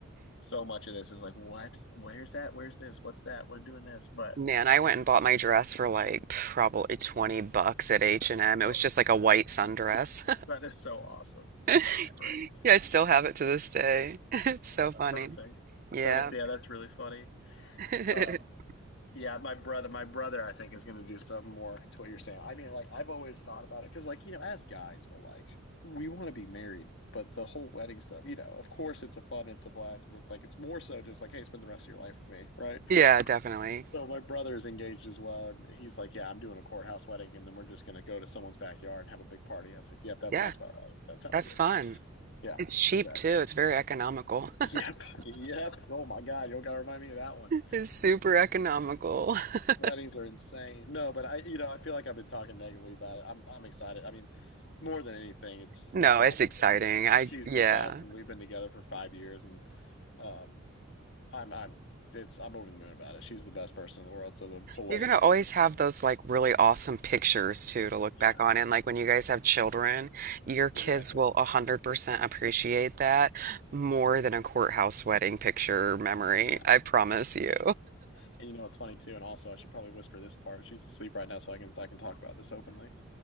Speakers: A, on the left; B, on the right.
A: So much of this is like, what? Where's that? Where's this? What's that? We're doing this. But
B: Man, I went
A: yeah,
B: and bought my dress for like probably 20 bucks at H&M.
A: that's
B: It
A: so,
B: was just like a white sundress.
A: that is so awesome.
B: <laughs>
A: That's great.
B: Yeah, I still have it to this day. <laughs> It's so
A: That's
B: funny.
A: perfect.
B: Yeah.
A: That is, yeah, that's really funny.
B: <laughs>
A: Um, Yeah, my brother, my brother, I think is going to do something more to what you're saying. I mean, like I've always thought about it because, like you know, as guys, we're like we want to be married, but the whole wedding stuff, you know, of course it's a fun, it's a blast, but it's like it's more so just like, hey, spend the rest of your life with me, right?
B: Yeah, definitely.
A: So my brother is engaged as well, and he's like, yeah, I'm doing a courthouse wedding, and then we're just going to go to someone's backyard and have a big party. I said, yep, that
B: Yeah,
A: sounds about right. That sounds
B: that's
A: good.
B: fun.
A: Yeah,
B: It's cheap
A: exactly.
B: too. It's very economical. <laughs>
A: Yep, <laughs> yep. Oh my God, you don't got to remind me of that one.
B: It's super economical. <laughs>
A: Weddings are insane. No, but I, you know, I feel like I've been talking negatively about it. I'm, I'm excited. I mean, more than anything, it's
B: No,
A: my fiance.
B: it's exciting.
A: is-
B: I,
A: She's
B: yeah.
A: the best, and we've been together for five years, and um, I'm, I'm, it's, I'm over the moon about it. She's the best person in the world, so the whole
B: You're
A: wedding's
B: gonna
A: gonna
B: always
A: be so
B: have
A: fun.
B: those like really awesome pictures too to look
A: Yeah,
B: back on. And like when you guys have children, your kids
A: exactly.
B: will 100% appreciate that more than a courthouse wedding picture memory.
A: Yeah,
B: I promise you.
A: yeah. And you know, what's funny too. And also, I should probably whisper this part. She's asleep right now, so I can, I can talk about this openly.